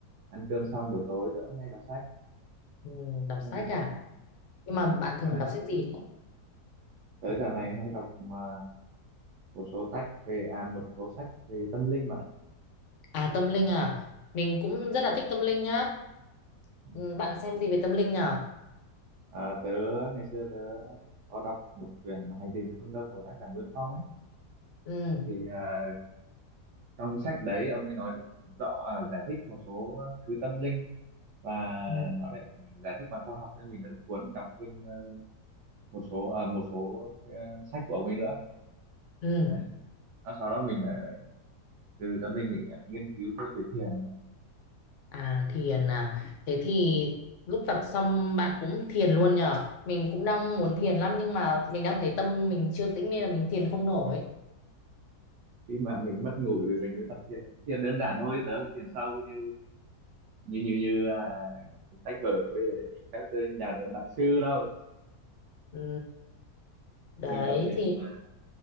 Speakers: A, on the right; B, on the left.
A: ăn cơm xong buổi tối tớ cũng hay đọc sách
B: Ừ, đọc
A: tớ hay
B: sách
A: đọc
B: à?
A: sách
B: Nhưng mà bạn
A: ừ. bạn
B: thường
A: ạ.
B: đọc sách gì?
A: tớ dạo này hay đọc mà một số sách về à một số sách về tâm linh bạn ạ
B: À tâm linh à, mình cũng rất là thích tâm linh nhá.
A: Ừ.
B: Ừ, bạn xem gì về tâm linh nhở?
A: à, tớ ngày xưa tớ có đọc một quyển Hành trình về phương Đông của tác giả Nguyễn Phong ấy
B: Ừ,
A: thì à, trong cái sách đấy ông ấy nói rất rõ à, giải thích một số thứ tâm linh và
B: ừ,
A: nó lại giải thích bằng khoa học nên mình rất cuốn mình đọc thêm ờ, một số à, một số ờ, sách của ông ấy nữa
B: ừ.
A: đấy Và sau đó mình lại, lại từ tâm linh mình lại nghiên cứu thêm về thiền nữa.
B: À thiền à, thế thì lúc tập xong bạn cũng thiền luôn nhở? Mình cũng đang muốn thiền lắm nhưng mà mình đang thấy tâm mình chưa tĩnh nên là mình thiền không nổi.
A: khi mà mình mất ngủ thì mình mới tập thiền thiền đơn giản thôi tớ không thiền sâu như như như như à, sách vở với lại các cái nhà đại sư đâu
B: Ừ, đấy
A: mình tập thiền
B: thì
A: à,